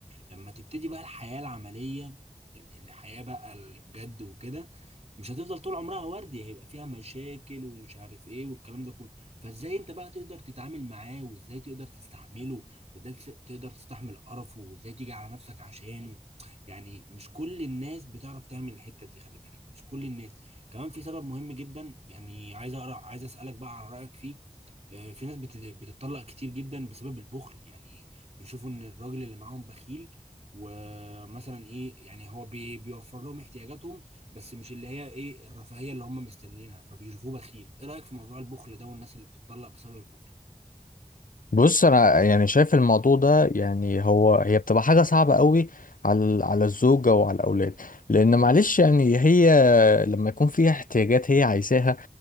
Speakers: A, on the right; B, on the left.
A: لما تبتدي بقى الحياة العملية ال- الحياة بقى اللي بجد وكده مش هتفضل طول عمرها وردي هيبقى فيها مشاكل ومش عارف ايه والكلام ده كله فازاي انت بقى تقدر تتعامل معاه وازاي تقدر تستحمله وازاي تس- تقدر تستحمل قرفه وازاي تيجي على نفسك عشانه يعني مش كل الناس بتعرف تعمل الحتة دي خلي بالك مش كل الناس كمان في سبب مهم جدا يعني عايز اقرا عايز اسالك بقى عن رايك فيه آه، في ناس بت- بتتطلق كتير جدا بسبب البخل يعني بيشوفوا ان الراجل اللي معاهم بخيل ومثلا ايه يعني هو بي- بيوفر لهم احتياجاتهم بس مش اللي هي ايه الرفاهيه اللي هم مستنيينها فبيشوفوه بخيل ايه رايك في موضوع البخل ده والناس اللي بتتطلق بسبب البخل
B: بص انا يعني شايف الموضوع ده يعني هو هي بتبقى حاجه صعبه قوي على على الزوجه وعلى الاولاد لان معلش يعني هي لما يكون فيها احتياجات هي عايزاها